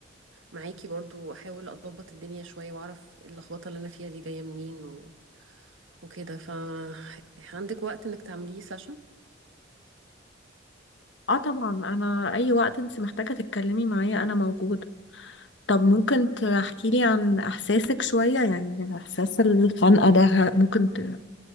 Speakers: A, on the right; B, on the left.
A: معاكي برضو احاول اضبط الدنيا شوية واعرف اللخبطة اللي انا فيها دي جاية منين و... وكده ف عندك وقت انك تعمليه سيشن
B: اه طبعا انا اي وقت انت محتاجة تتكلمي معايا انا موجودة طب ممكن تحكي لي عن احساسك شوية يعني احساس الخنقة ده ه- ممكن ت-